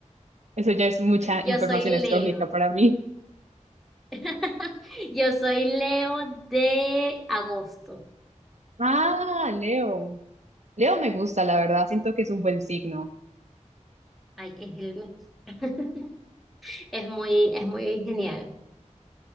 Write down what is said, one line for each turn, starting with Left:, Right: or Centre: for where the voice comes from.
Right: Eso ya es mucha
Centre: Yo
Right: información
Centre: soy
Right: astrológica
Centre: Leo.
Right: para mí.
Centre: <laughs> Yo soy Leo de agosto.
Right: Ah, Leo. Leo me gusta, la verdad. Siento que es un buen signo.
Centre: Ay, es el mejor. <laughs> Es muy, es muy genial.